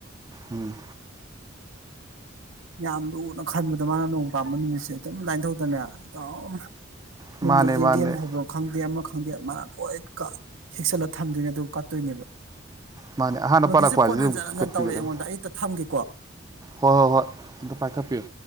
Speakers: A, on the right; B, on the right.
A: ꯎꯝ
B: ꯌꯥꯝ ꯂꯨꯅ ꯈꯟꯕꯗꯣ ꯃꯥꯅ ꯅꯣꯡ ꯄꯥꯟꯕ ꯅꯨꯃꯤꯠꯁꯦ ꯑꯗꯨꯝ ꯂꯥꯏꯟꯊꯧꯗꯅꯦ ꯑꯗꯨꯝ
A: ꯃꯥꯅꯦ
B: ꯌꯨꯝꯗ ꯌꯦꯟꯗꯦꯝ
A: ꯃꯥꯅꯦ
B: ꯍꯥꯏꯕ ꯈꯪꯗꯦ ꯑꯃ ꯈꯪꯗꯦ ꯃꯥꯅ ꯂꯣꯏ ꯍꯦꯛꯆꯜꯂ ꯊꯝꯗꯣꯏꯅꯦ ꯑꯗꯨ ꯀꯠꯇꯣꯏꯅꯦꯕ
A: ꯃꯥꯅꯦ ꯑꯍꯥꯟꯕ
B: ꯅꯨꯗꯤꯁꯦ
A: ꯄꯥꯏꯔꯛꯄ ꯍꯥꯏꯁꯤꯗꯤ
B: ꯐꯣꯟ ꯍꯟꯖꯟ
A: ꯑꯗꯨꯝ
B: ꯍꯟꯖꯤꯟ
A: ꯀꯠꯄꯤꯒꯗꯕꯅꯤ
B: ꯇꯧꯔꯛꯑꯦ ꯑꯩꯉꯣꯟꯗ ꯑꯩ ꯑꯝꯇ ꯊꯝꯒꯦ ꯀꯣ
A: ꯍꯣꯏ ꯍꯣꯏ ꯍꯣꯏ ꯑꯝꯇ ꯄꯥꯏꯈꯥꯄꯤꯌꯨ